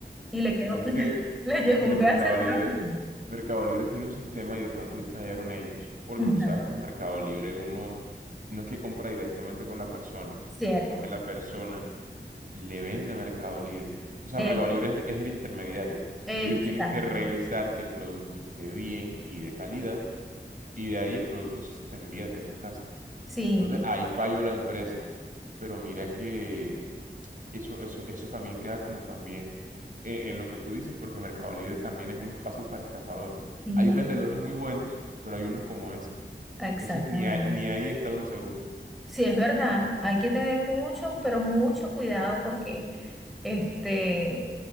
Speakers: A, in the centre; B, on the right (about 45°).
A: y le quedó,
B: Pero es
A: <laughs>
B: que,
A: le llegó
B: mira,
A: un
B: Mercado
A: pedazo de
B: Libre,
A: tronco.
B: Mercado Libre tiene un sistema y de pronto ahí fallaron ellos, porque
A: Ajá,
B: tú sabes que en Mercado Libre uno no es que compra directamente con la persona,
A: Cierto.
B: sino que la persona Le vende a Mercado Libre. O sea,
A: Eh,
B: Mercado Libre es, es el intermediario.
A: exacto.
B: Ellos tienen que revisar que el producto esté bien y de calidad, y de ahí el producto sí se te envía a ti a tu casa.
A: Sí,
B: Entonces, ahí falló la empresa. Pero mira que eso, eso, eso también queda como también eh, en lo que tú dices, porque Mercado Libre también es un espacio para estafadores.
A: sí,
B: Hay vendedores muy buenos, pero hay unos como ese.
A: exactamente.
B: Entonces, ni, a- ni ahí está uno seguro.
A: Sí, es verdad. Hay que tener mucho, pero mucho cuidado porque Este,